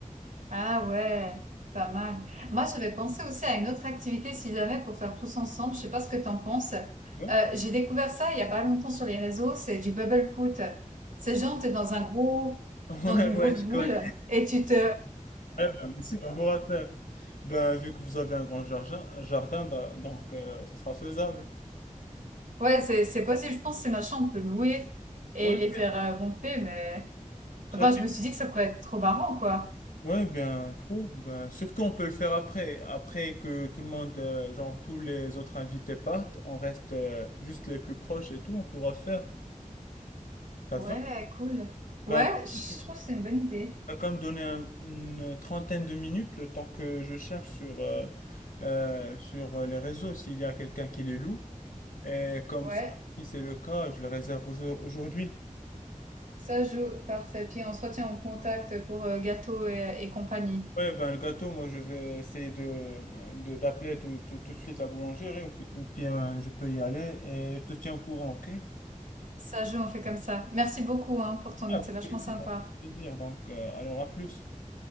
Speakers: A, on the right; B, on the left.
A: Ah ouais, pas mal. Moi, j'avais pensé aussi à une autre activité, si jamais, pour faire tous ensemble. Je sais pas ce que t'en penses.
B: Ouais,
A: Euh, j'ai découvert ça il y a pas longtemps sur les réseaux. C'est du bubble foot. C'est genre, t'es dans un gros,
B: <laughs> ouais,
A: dans une
B: ouais,
A: grosse
B: je
A: boule
B: connais.
A: et tu te,
B: Ouais, ben, mais si, on pourra faire. Ben, vu que vous avez un grand jardin, jardin da- donc euh, ça sera faisable.
A: <laughs> ouais, c'est, c'est possible. Je pense que ces machins, on peut louer et
B: Ouais,
A: les
B: ouais,
A: faire euh, gonfler, mais,
B: j'avais-
A: enfin, je me suis dit que ça pourrait être trop marrant, quoi.
B: ouais, bien trop. Ben, surtout, on peut le faire après. Après que tout le monde, euh, genre tous les autres invités partent, on reste euh, juste les plus proches et tout, on pourra faire. Ça
A: Ouais,
B: te va?
A: cool. Ouais,
B: Ben,
A: je
B: tu
A: trouve que c'est une bonne idée.
B: as quand même donné un- une trentaine de minutes le temps que je cherche sur, euh, euh, sur euh, les réseaux s'il y a quelqu'un qui les loue. Et comme
A: Ouais.
B: ça, si c'est le cas, je le réserve aujourd- aujourd'hui.
A: Ça joue, parfait. Puis on se retient en contact pour euh, gâteau et, et compagnie.
B: Ouais, ben le gâteau, moi je vais essayer de, de- d'appeler tout, tout, tout de suite la boulangerie ou, pi- ou bien je peux y aller et je te tiens au courant, ok?
A: Ça joue, on fait comme ça. Merci beaucoup hein, pour ton
B: Ah,
A: aide,
B: Avec
A: c'est vachement
B: plaisir,
A: sympa.
B: avec plaisir. Donc, euh, alors à plus.